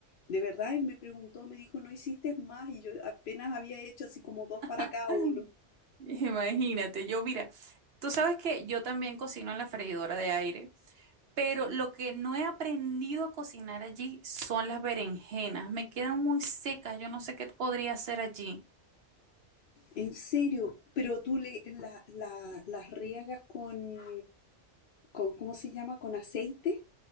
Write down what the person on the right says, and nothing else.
<laughs>
Imagínate, yo mira, tú sabes que yo también cocino en la freidora de aire, pero lo que no he aprendido a cocinar allí son las berenjenas, me quedan muy secas, yo no sé qué podría hacer allí.